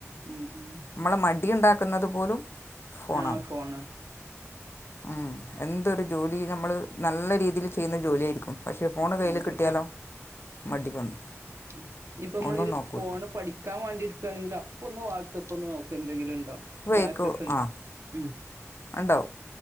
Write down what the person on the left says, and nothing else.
നമ്മള് മടി ഉണ്ടാക്കുന്നത് പോലും ഫോണാണ്
ഉം എന്തരു ജോലി നമ്മള് നല്ല രീതിയിൽ ചെയ്യുന്ന ജോലിയ ആയിരിക്കും പക്ഷേ ഫോണ് കയ്യിൽ
കിട്ടിയാലോ മടി വന്നു
ഒന്നും
നോക്കൂല
വേക്കൂ
ആഹ്
ഉണ്ടാവ